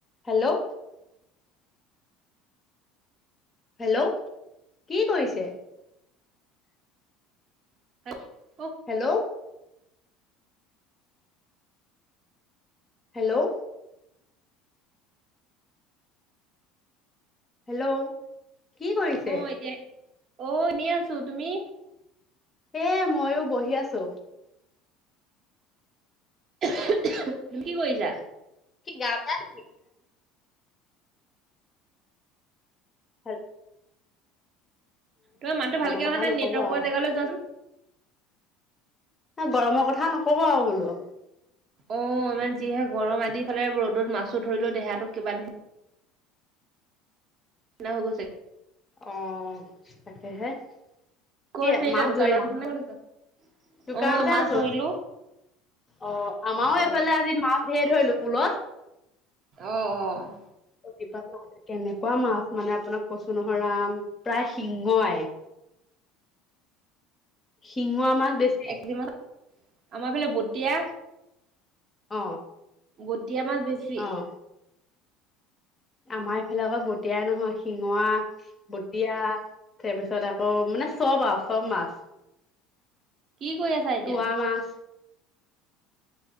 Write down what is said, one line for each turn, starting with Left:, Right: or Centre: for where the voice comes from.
Left: Hello hello, কি কৰিছে?
Right: <unintelligible>
Left: Hello hello hello, কি কৰিছে?
Right: অ' এতিয়া অ, এনেই আছো। তুমি?
Left: এ মইয়ো বহি আছো।
Right: তুমি কি কৰিছা?
Left: কি গা বেয়া নেকি এতিয়া? হল।
Right: তোমাৰ মাতটো ভালকে
Left: কথা
Right: অহা নাই,
Left: নকব
Right: নেটৱৰ্ক
Left: আও
Right: পোৱা জেগালে যোৱাচোন।
Left: গৰমৰ কথা নকব আৰু বোলো।
Right: অ, ইমান যিহে গৰম আদি ফালে ৰ'দত মাছো ধৰিলো। দেহাটো কিবা নি ন হ গছে
Left: অ তাকেহে
Right: ক'ত
Left: কি
Right: এতিয়া
Left: মাছ
Right: দোকানত
Left: ধৰিলা?
Right: আছা নে ক'ত আছা?
Left: দোকানতে
Right: অ মাছ
Left: আছো,
Right: ধৰিলো
Left: অ আমাৰো এইফালে
Right: অ।
Left: আজি মাছ ধেৰ ধৰিলো। পুলত।
Right: অ অ।
Left: প্ৰতিপাত মা কেনেকুৱা মাছ মানে আপোনাক কচু নহয় আম প্ৰায় শিংৰাই। শিঙৰা মাছ বেছি?
Right: এক কেজি মান আমাৰ ফালে বতিয়া
Left: অ।
Right: বটিয়া মাছ বেছি।
Left: অ। আমাৰ এইফালে আকৌ বটিয়াই নহয়, শিঙৰা, বটিয়া তাৰ পিছত আকৌ মানে চব আ চব মাছ।
Right: কি কৰি আছা এতিয়া?
Left: তোৱা মাছ